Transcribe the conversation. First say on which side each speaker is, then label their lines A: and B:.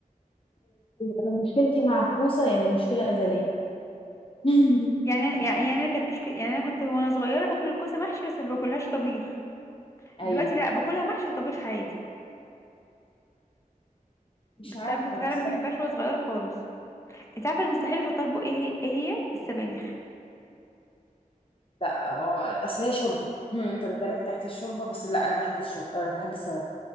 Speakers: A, on the left; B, on the left.
A: انا مشكلتي مع الكوسه يعني مشكله ازليه <laughs>
B: يعني انا يعني يعني انا كانت مشكله يعني انا كنت وانا صغيره باكل الكوسه محشي بس ما باكلهاش طبيخ دلوقتي
A: أيوه
B: لا باكلها محشي وطبيخ عادي
A: مش
B: بس
A: عارفة
B: انا كنت فعلا
A: الصراحة
B: ما بحبهاش وانا صغيره خالص انت عارفه المستحيل احطها في بقي ايه هي إيه هي؟ السبانخ
A: لا آه، أصل هي شوربة هم، أنت بتبارك تحت الشوربة بس لا أنا بحب الشوربة أنا بحب السواد